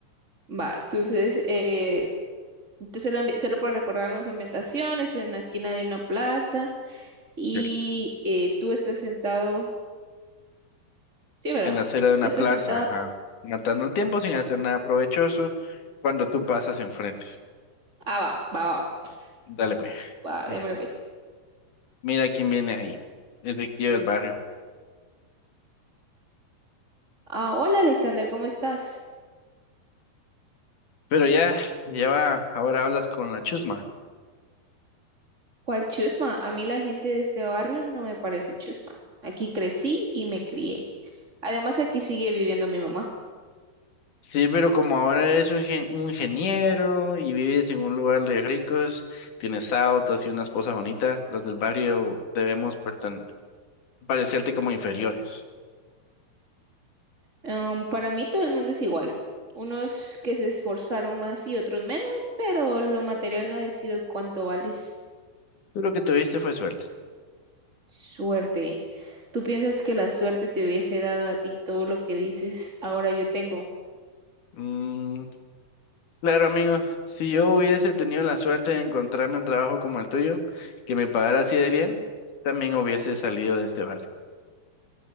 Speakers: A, on the right; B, on the left.
A: va. Entonces, eh, entonces la ambi- solo para recordarnos ambientaciones, en la esquina de una plaza y
B: ¿cierto?
A: eh, tú estás sentado, sí, ¿verdad?
B: En la acera de una
A: Tú estás
B: plaza,
A: sentado.
B: ajá. Matando el tiempo sin hacer nada provechoso cuando tú pasas enfrente.
A: Ah, va, va, va,
B: Dale, pues.
A: va,
B: Eh,
A: démosle pues.
B: mira quién viene ahí. El riquillo del barrio.
A: Ah, hola Alexander, ¿cómo estás?
B: Pero ya, ya va, ahora hablas con la chusma.
A: ¿Cuál chusma? A mí la gente de este barrio no me parece chusma. Aquí crecí y me crié. Además, aquí sigue viviendo mi mamá.
B: Sí, pero como ahora eres un, gen- un ingeniero y vives en un lugar de ricos, tienes autos y una esposa bonita, las del barrio debemos pertan- parecerte como inferiores.
A: Em, para mí todo el mundo es igual. Unos que se esforzaron más y otros menos, pero lo material no decide cuánto vales.
B: Tú lo que tuviste fue suerte.
A: Suerte. ¿Tú piensas que la suerte te hubiese dado a ti todo lo que dices ahora yo tengo?
B: Mm, claro, amigo, si yo hubiese tenido la suerte de encontrarme un trabajo como el tuyo, que me pagara así de bien, también hubiese salido de este barrio.